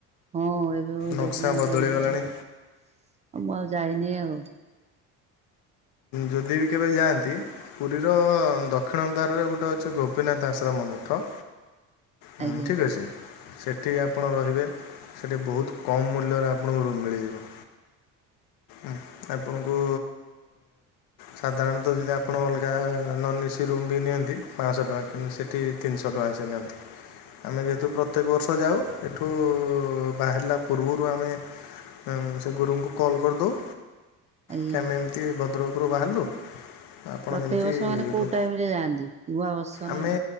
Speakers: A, on the right; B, on the left.
A: ହଁ ଏବେ
B: ନକ୍ସା
A: ଡେଭଲପମେଣ୍ଟ
B: ବଦଳିଗଲାଣି
A: ହେଇଯିବ ଆଉ ମୁଁ ଆଉ ଯାଇନି ଆଉ।
B: ଯଦି ବି କେବେ ଯାଆନ୍ତି ପୁରୀର ଦକ୍ଷିଣଦ୍ୱାର ଗୋଟେ ଅଛି ଗୋପୀନାଥ ଆଶ୍ରମ ମଠ ହୁଁ
A: ଆଜ୍ଞା।
B: ଠିକ୍ ଅଛି ସେଠି ଆପଣ ରହିବେ ସେଠି ବହୁତ କମ୍ ମୂଲ୍ୟରେ ଆପଣଙ୍କୁ ରୁମ ମିଳିଯିବ। ଉଁ ଆପଣଙ୍କୁ ସାଧାରଣତଃ ଯଦି ଆପଣ ଅଲଗା ନନ୍ ଏସି ରୁମ୍ ବି ନିଅନ୍ତି ପାଞ୍ଚଶହ ଟଙ୍କା କିନ୍ତୁ ସେଠି ତିନିଶହ ଟଙ୍କା ଅଛି ନିଅନ୍ତି। ଆମେ ଯେହେତୁ ପ୍ରତ୍ୟେକ ବର୍ଷ ଯାଉ ଏଠୁ ବାହାରିଲା ପୂର୍ବରୁ ଆମେ ହ ସେ ଗୁରୁଙ୍କୁ କଲ୍ କରିଦଉ
A: ଆଜ୍ଞା
B: କି ଆମେ ଏମିତି ଭଦ୍ରକରୁ ବାହାରିଲୁ। ଆପଣ
A: ପ୍ରତ୍ୟେକ
B: ଯେମିତି
A: ବର୍ଷ ମାନେ କୋଉ
B: ପ
A: ଟାଇମ ରେ ଯାଆନ୍ତି ନୂଆ ବର୍ଷ
B: ଆମେ
A: ନା